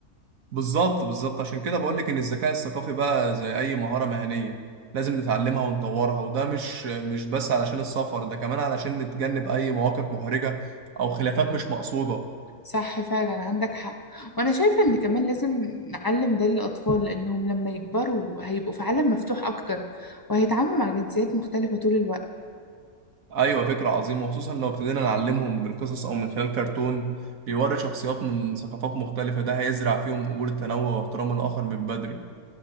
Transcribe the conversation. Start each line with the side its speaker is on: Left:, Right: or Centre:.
Right: بالظبط بالظبط عشان كده بقولك إن الذكاء الثقافي بقى زي أي مهارة مهنية لازم نتعلمها ونطورها وده مش مش بس علشان السفر ده كمان علشان نتجنب أي مواقف محرجة أو خلافات مش مقصودة
Left: صح فعلا عندك حق وانا شايفة ان كمان لازم نعلم ده للاطفال لانهم لما يكبروا هيبقوا في عالم مفتوح اكتر وهيتعاملوا مع جنسيات مختلفة طول الوقت
Right: أيوة فكرة عظيمة وخصوصا لو ابتدينا نعلمهم بالقصص أو من خلال كرتون بيوري شخصيات من ثقافات مختلفة ده هيزرع فيهم قبول التنوع واحترام الآخر من بدري